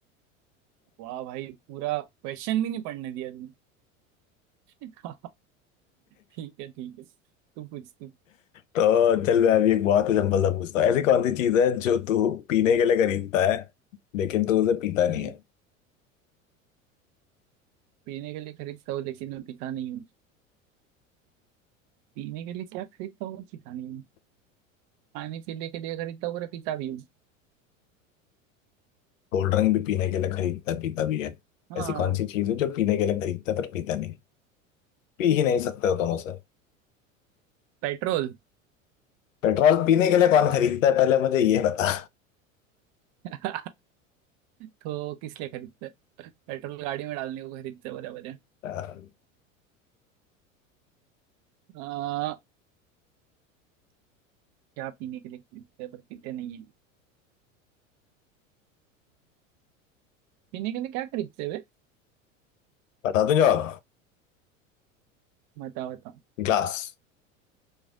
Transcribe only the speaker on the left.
तो चल मैं अभी एक बहुत ही सिंपल सा पूछता हूँ ऐसी कौन सी चीज है जो तू पीने के लिए खरीदता है लेकिन तू उसे पीता नहीं
है
कोल्ड ड्रिंक भी पीने के लिए खरीदता पीता भी है
ऐसी कौन सी चीज है जो पीने के लिए खरीदता है पर पीता नहीं पी ही नहीं सकते हो तुम उसे
पेट्रोल पीने के लिए कौन खरीदता है पहले मुझे ये बता
अ,
बता दूं जवाब
ग्लास